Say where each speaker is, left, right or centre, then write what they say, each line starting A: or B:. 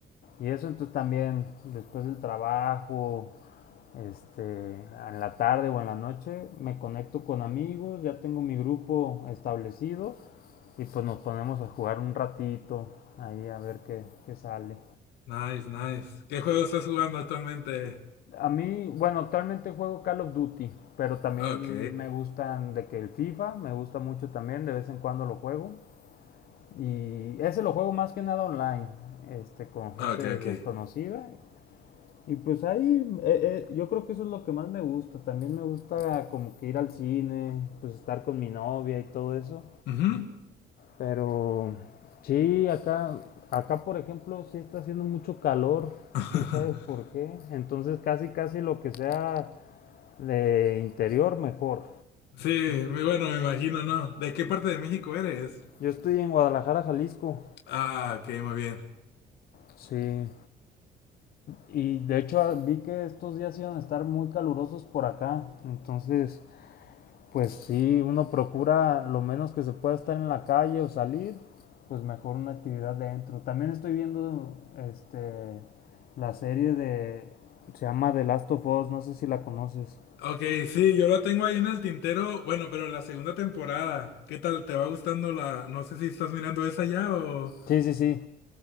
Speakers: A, on the left; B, on the left.
A: y eso, entonces también después del trabajo, este, en la tarde o en la noche, me conecto con amigos, ya tengo mi grupo establecido y pues nos ponemos a jugar un ratito ahí a ver qué, qué sale.
B: Nice, nice. ¿Qué juego estás jugando actualmente?
A: A mí, bueno, actualmente juego Call of Duty, pero también
B: Ok,
A: me gustan de que el FIFA, me gusta mucho también, de vez en cuando lo juego. Y ese lo juego más que nada online, este, con gente
B: ok, ok.
A: desconocida. Y pues ahí, eh, eh, yo creo que eso es lo que más me gusta. También me gusta como que ir al cine, pues estar con mi novia y todo eso.
B: Ujú.
A: Pero sí, acá, acá por ejemplo, sí está haciendo mucho calor,
B: <laughs>
A: quién sabe por qué. Entonces casi, casi lo que sea de interior mejor.
B: Sí, muy bueno, me imagino, ¿no? ¿De qué parte de México eres?
A: Yo estoy en Guadalajara, Jalisco.
B: Ah, ok, muy bien.
A: Sí. Y de hecho vi que estos días iban a estar muy calurosos por acá. Entonces, pues sí, uno procura lo menos que se pueda estar en la calle o salir, pues mejor una actividad dentro. También estoy viendo este la serie de se llama The Last of Us, no sé si la conoces.
B: Ok, sí, yo lo tengo ahí en el tintero, bueno, pero la segunda temporada, ¿qué tal? ¿Te va gustando la... No sé si estás mirando esa ya o...
A: Sí, sí, sí.